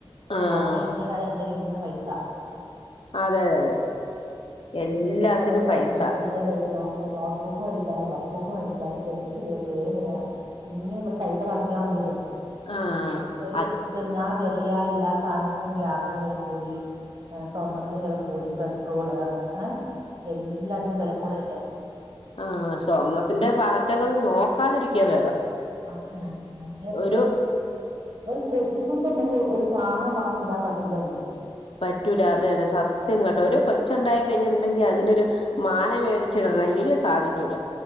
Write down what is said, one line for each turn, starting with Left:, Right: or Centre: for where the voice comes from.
Left: ആഹ്
Right: അവ്ടെ ൻ്റെ <unintelligible> ഇന്ന പൈസ.
Left: അഹ് അതെ അതെ അതെ. എല്ലാത്തിനും
Right: ഏത് മെയ്ല്യാരാവുംബോ നോട്ട്
Left: പൈസ
Right: ബുക്ക്‌ വെടിക്കാൻ പെയ്സയാ അല്ല നോട്ട് ബുക്ക്‌ മേടിക്കാൻ റഫ്ബുക്കും മേടിക്കാന് പെൻസില് പേന ഇനി നമ്മൾ പൈസ പറയ്ക്കാൻ മതിയല്ലോ?
Left: ആഹ്
Right: രൂപത്തി
Left: അത്
Right: ഇപ്പ എന്നാ വെലയാ എല്ലാ സാധ പൊ ഗ്യാസിന് വെല കൂടി സ്വർണ്ണത്തിന് വെല കൂടി പെട്രോള് ഏ എല്ലാത്തിനും വെല കൂടെല്ലേ?.
Left: ആ സ്വർണ്ണത്തിന്റെ ഭാഗത്തേകൊക്കെ ഒന്ന് നോക്കാതിരിക്കാ ഭേദം.
Right: അഹ് അങ്ങനെ പിന്നെ
Left: ഒരു
Right: ഒരു കൊത്തി കൊണ്ട് അമ്മുക്ക് ഒര് സാനം വാങ്ങി ഇടാൻ പറ്റൂലയിന്.
Left: പറ്റൂല അതെ അതെ സത്യം കേട്ടെ ഒരു കൊച്ചുണ്ടായി
Right: മറ്റേ
Left: കഴിഞ്ഞത് ണ്ടെങ്കിൽ അതിനൊരു മാല വേടിച്ചിടണങ്കിൽ സാധിക്കുല്ല.